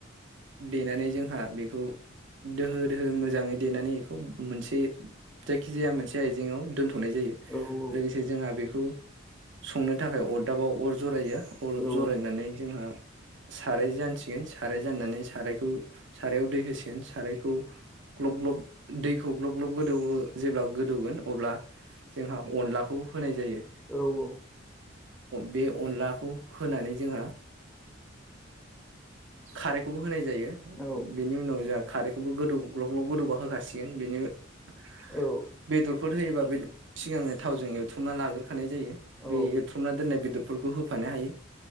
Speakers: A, on the right; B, in the centre.
A: देनानै जोंहा बेखौ दोहो दोहो मोजाङै देनानै बेखौ मोनसे जायखिजाया मोनसे आइजेंआव दोन्थ'नाय जायो
B: औ औ
A: लोगोसे जोंहा बेखौ संनो थाखाय अरदाबाव अर जरायो। अर
B: औ
A: जरायनानै जोंहा साराय जानसिगोन साराय जाननानै सारायखौ सारायाव दै होसिगोन सारायखौ ग्लब ग्लब दैखौ ग्लब ग्लब गोदौहो जेब्ला गोदौगोन अब्ला जोंहा अनलाखौ होनाय जायो।
B: औ औ
A: बे अनलाखौ होनानै जोंहा खारैखौबो होनाय जायो
B: औ
A: बेनि उनाव जोंहा खारैखौबो गोदौ ग्लब ग्लब गोदौबा होखाासिगोन बेनि उनाव
B: औ औ
A: बेदरफोर होयोबा बेर सिगांनो थावजों एवथ्रुमना लाग्रो होखानाय जायो
B: औ
A: बे एरथुमना दोननाय बेदरफोरखौ होफानो हायो